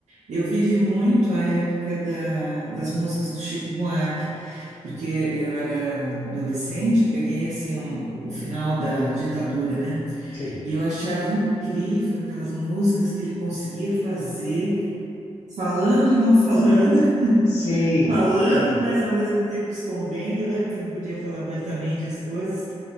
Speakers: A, on the right (about 90°); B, on the left (about 55°).
A: Eu vivi muito a época da- das músicas do Chico Buarque, porque eu era adolescente, peguei assim um- o final da ditadura, né?
B: Sim.
A: E eu achava incrível aquelas músicas que ele conseguia fazer falando e não falando, <laughs>
B: Sim,
A: falando,
B: sim.
A: mas ao mesmo tempo escondendo, né? Porque não podia falar abertamente as coisas.